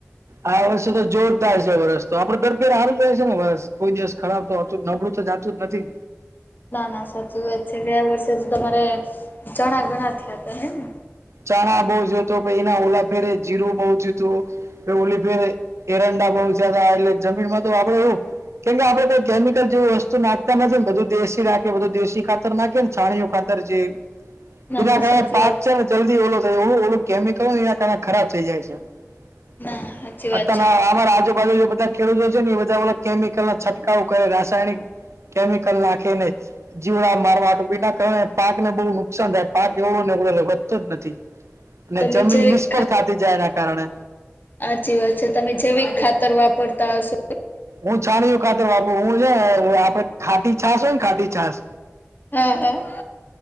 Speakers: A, on the right; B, on the left.
A: આ વર્ષે તો જોરદાર છે વર્ષ તો આપડું દર ફેરે હારું જાય છે ને વરષ કોઈ દિવસ ખરાબ તો હોતું નબળું તો જાતું જ નથી
B: ના ના સાચું વાત છે ગયા વર્ષે તો તમારે ચણા ઘણા થયા હતા હે ને
A: ચણા બહુ જ્યોતો પહિ એના ઓલા ફેરે જીરું બહુ જ્યુતું ઓલી ફેર એરંડા બહ થયા હતા એટલે જમીનમાં તો આપડે એવું કેમ કે આપડે કોઈ કેમિકલ જેવું વસ્તુ નાખતા નથી ને બધું દેશી રાખે બધું દેશી ખાતર નાખે ને છાણીયુ ખાતર છે
B: ના
A: એના
B: ના
A: કારણે
B: સાચી
A: પાક
B: વાત
A: છે ને જલ્દી ઓલો થાય ઓ ઓલું કેમિકલ એના કારણે ખરાબ થઈ જાય છે. <unintelligible>
B: ના સાચી વાત
A: આમર
B: છે
A: આજુબાજુ જે બધા ખેડૂતો છે ને ઈ બધા ઓલા કેમિકલ ના છંટકાવ કરે રાસાયણિક કેમિકલ નાખીને જીવડા મારવા ડુબી ના કારણે પાકને બહુ નુકસાન થાય પાક એવડો ને એવડો રે વધતો જ નથી ને
B: તમે
A: જમીન
B: જૈવિક
A: નિષ્ફળ થાતી જાય એના કારણે
B: હાચી વાત છે તમે જેવી ખાતર વાપરતા હશો
A: હું છાણીયુ ખાતર વાપરું હું છે ને આપડે ખાટી છાશ હોય ને ખાટી છાશ
B: હા હા